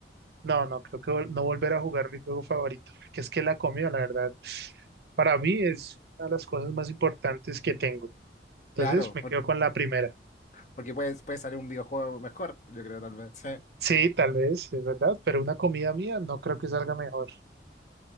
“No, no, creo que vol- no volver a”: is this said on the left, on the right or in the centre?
Right